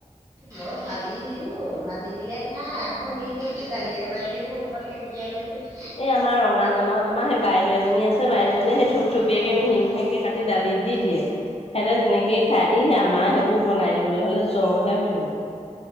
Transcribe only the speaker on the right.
মই ভাজি দিওঁ, ভাজি দিলে খাই। আকৌ, হেৰি কৰি দিওঁ, দালি কেইটামান দিওঁ, অকণমান থুপথুপীয়া কৰি দিওঁ।